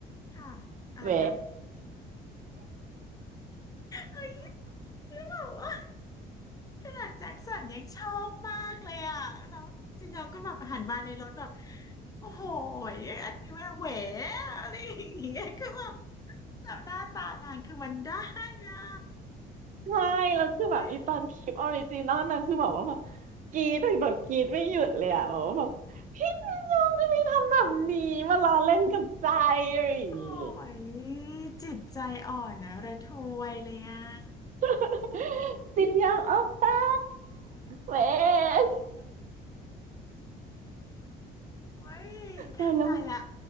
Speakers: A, on the left (about 20°); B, on the right (about 50°).
A: ค่ะอะไรคะ
B: แหว
A: เอ้ยคือแบบว่าขนาดแจ็คสันยังชอบมากเลยอ่ะแล้วจริงๆก็แบบหันมาในรถแบบ โอ้โหยอันที่ว่าแหวอะไรอย่างเงี้ยคือแบบแบบหน้าตานางคือมันได้อะ
B: ใช่แล้วคือแบบอีตอนคลิปออริจินอลนะคือแบบว่าแบบ
A: โอ้ย
B: กรี๊ดแบบกรี๊ดไม่หยุดเลยอะแบบว่าแบบพี่นายองทำไมทำแบบนี้มาล้อเล่นกับใจอะไรอย่างงี้
A: โอ้ยจิตใจอ่อนนะระทวยเลยอ่ะ
B: <laughs> จินยองโอปป้าแหวย
A: โอ้ย
B: ตายแล้ว
A: ตายละ